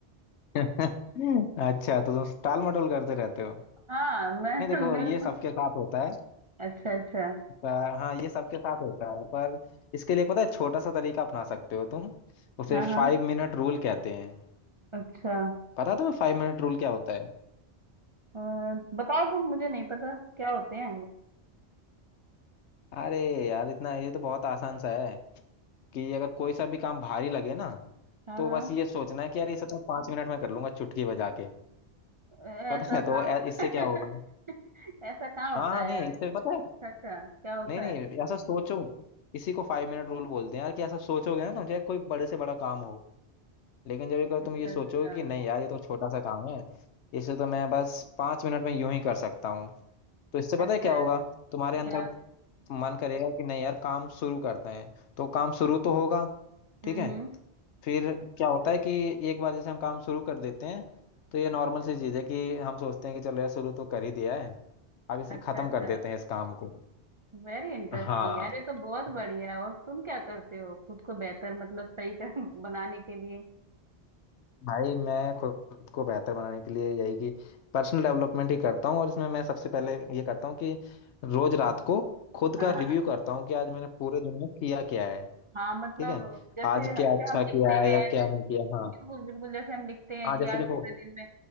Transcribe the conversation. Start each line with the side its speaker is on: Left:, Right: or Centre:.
Left: <laughs> अच्छा तो तुम टाल मटोल करते रहते हो
Right: हाँ मैं
Left: नहीं देखो
Right: <laughs> मेरे
Left: ये सबके साथ होता है
Right: अच्छा अच्छा
Left: अ, हाँ ये सबके साथ होता है पर इसके लिए पता है छोटा सा तरीका अपना सकते हो तुम उसे
Right: हाँ हाँ
Left: फाइव मिनट रूल कहते हैं
Right: अच्छा
Left: पता तुम्हें फाइव मिनट रूल क्या होता है
Right: अ, बताओ तुम मुझे नहीं पता क्या होते हैं
Left: अरे यार इतना ये तो बहुत आसान सा है कि अगर कोई सा भी काम भारी लगे ना
Right: हाँ
Left: तो
Right: हाँ
Left: बस ये सोचना है कि यार ये सब तो पांच मिनट में कर लूंगा चुटकी बजा के
Right: ऐसा
Left: पता है
Right: कहाँ
Left: तो ऐ-
Right: होता
Left: इससे
Right: है
Left: क्या होगा
Right: <laughs> ऐसा कहाँ होता
Left: हाँ हाँ
Right: है
Left: नहीं
Right: यार
Left: इससे पता है
Right: अच्छा अच्छा क्या होता
Left: नहीं नहीं
Right: है
Left: ऐसा सोचो इसी को फाइव मिनट रूल बोलते हैं यार कि ऐसा सोचोगे ना तुम चाहे कोई बड़े से बड़ा काम हो लेकिन जब एक बार तुम
Right: अच्छा
Left: ये सोचोगे
Right: अच्छा
Left: कि नहीं यार ये तो छोटा सा काम है इसे तो मैं बस पांच मिनट में यूं ही कर सकता हूँ तो इससे पता
Right: अच्छा
Left: है क्या होगा तुम्हारे
Right: क्या
Left: अंदर मन करेगा कि नहीं यार काम शुरू करते हैं तो काम शुरू तो होगा ठीक
Right: हम्म
Left: है
Right: हम्म
Left: फिर क्या होता है कि एक बार जैसे हम काम शुरू कर देते हैं तो ये नॉर्मल सी चीज़ है कि हम सोचते हैं कि चलो यार शुरू तो कर ही दिया है अब इसे
Right: अच्छा
Left: खत्म
Right: अच्छा
Left: कर देते हैं इस काम को
Right: वेरी इंटरेस्टिंग
Left: हाँ
Right: यार ये तो बहुत
Left: तो
Right: बढ़िया है और तुम क्या करते हो खुद को बेहतर मतलब सही कर <laughs> बनाने के लिए
Left: भाई मैं खुद को बेहतर बनाने के लिए यही कि पर्सनल डेवलपमेंट ही करता हूँ और इसमें मैं सबसे पहले ये करता हूँ कि रोज रात को खुद
Right: हाँ
Left: का
Right: हाँ
Left: रिव्यू करता हूँ कि आज मैंने पूरे दिन में किया क्या है
Right: हाँ मतलब
Left: ठीक है
Right: जैसे
Left: आज
Right: जैसे
Left: क्या अच्छा
Right: हम लिखते
Left: किया है
Right: हैं
Left: या क्या
Right: जैसे,
Left: नहीं किया हाँ
Right: बिल्कुल बिल्कुल जैसे हम लिखते हैं
Left: हाँ
Right: कि
Left: जैसे
Right: आज
Left: देखो
Right: पूरे दिन में